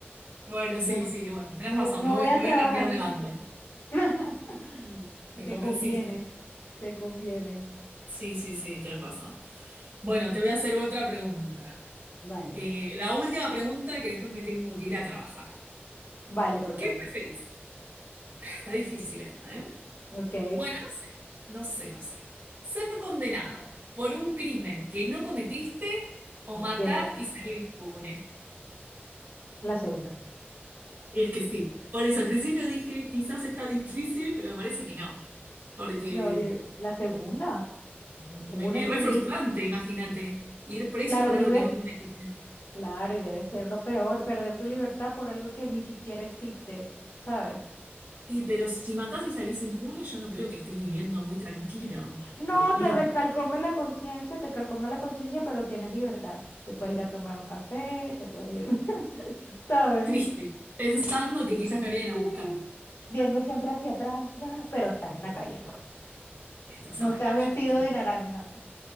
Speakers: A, on the right; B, on the left.
A: bueno,
B: Yo
A: sí,
B: no,
A: sí, bueno, tenés
B: no,
A: razón,
B: no
A: me voy,
B: voy a
A: me voy
B: trabajar
A: a cambiar
B: ni
A: de bando.
B: siquiera. <laughs>
A: Me
B: Te
A: convenciste.
B: conviene, te conviene.
A: Sí, sí, sí, tenés razón. Bueno, te voy a hacer otra pregunta.
B: Vale.
A: Eh, la última pregunta que después me tengo que ir a trabajar.
B: Vale, perfecto.
A: ¿Qué preferís? Está difícil esta, ¿eh?
B: Ok.
A: Bueno, no sé, no sé, no sé. Ser condenado por un crimen que no cometiste o
B: Ok,
A: matar y salir impune.
B: la segunda.
A: Y es que sí, por eso al principio dije, quizás está difícil, pero me parece que no, porque
B: No, yo, la segunda.
A: y
B: Puna
A: es
B: y
A: re
B: feliz.
A: frustrante, imagínate, ir preso
B: Claro,
A: por
B: vive.
A: algo que no cometiste.
B: Claro, y debe ser lo peor, perder tu libertad por algo que ni siquiera existe, ¿sabes?
A: Y pero si matás y salís impune, yo no creo que estés viviendo muy tranquilo
B: No,
A: por la vida.
B: te recalcome la conciencia, te calcome la conciencia, pero tienes libertad. Te puedes ir a tomar un café, te puedes ir, <laughs> ¿sabes?
A: Triste, pensando que quizás me vienen a
B: Sí.
A: buscar.
B: Viendo siempre hacia atrás, ah, pero estás en la calle, pues.
A: Estás
B: No
A: en
B: estás
A: la calle,
B: vestido
A: estás en-
B: de naranja.